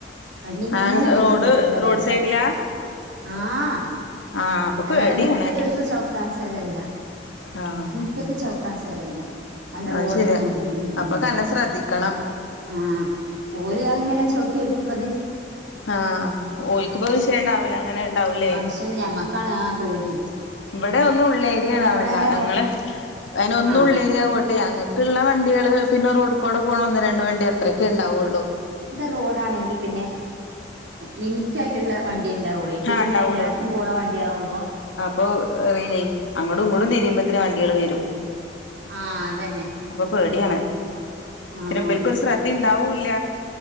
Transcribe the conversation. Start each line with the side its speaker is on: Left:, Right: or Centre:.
Right: വണ്ടിങ്ങനെ
Left: ആഹ്
Right: വര്ണ
Left: റോഡ്
Right: റോട്ട്മ്മല
Left: റോഡ്
Right: ഓലെ
Left: സൈഡിലാ
Right: കളി ആഹ്
Left: ആഹ്
Right: അല്ലാതെ
Left: പേടിയാണ്
Right: മുറ്റത്തൊൽ ക്ക് ചവിട്ടാൻ സ്ഥലല്ല
Left: ആഹ്
Right: മുറ്റത്ത് ചവിട്ടാൻ സ്ഥലല്ല ല്ല റോഡ
Left: അത് ശരിയാ
Right: തന്നെയാണ് പിന്നെ വരുന്നത്
Left: അപ്പൊ നല്ലോം ശ്രദ്ധിക്കണം
Right: ആഹ ഓലെ ആങ്ങ് ഇങ്ങനെ ചോട്ടി ഓരുക്കുപ്പത്
Left: ആഹ ഓൽക്ക് പവിശ്യ ഉണ്ടാവൂല അങ്ങനെ ഉണ്ടാവലേ
Right: പക്ഷേ ഞമ്മക്കാണ് ആ പേടി
Left: ഇവിടെ ഒന്നും ഉള്ളേരിയണാവല്ല
Right: അവിടെ അങ്ങനെ
Left: ഞങ്ങള്
Right: റോ
Left: അയിന് ഒന്നും
Right: ആഹ്
Left: ഉള്ളേരിയ ആവോട്ടെ ഞങ്ങ ക്ക്ള്ള വണ്ടികള് പിന്നെ റോഡ കൂടെ പോണ ഒന്ന് രണ്ട വണ്ടി അത്രയൊക്കെ ഉണ്ടാവുള്ളൂ
Right: റോഡ ആണെങ്കിൽ പിന്നെ ലിമിറ്റ ആയിട്ടുള്ള വണ്ടി ഉണ്ടാവുള്ളൂ ഇതിങ്ങനെ
Left: ആഹ് ഉണ്ടാവുള്ളൂ
Right: എല്ലാർക്കും പോണ വണ്ടിയ ആകുമ്പോ
Left: അപ്പൊ അറിയില്ലേ അങ്ങോടും ഇങ്ങോടും തിയുമ്പത്തന് വണ്ടികള് വരും
Right: ആഹ അതന്നെ
Left: അപ്പൊ പേടിയാണ്
Right: ആഹ്
Left: പിന്നെ
Right: ആഹ്
Left: ബൽക്കും ഒരു ശ്രദ്ധ ഇണ്ടാവൂല്ല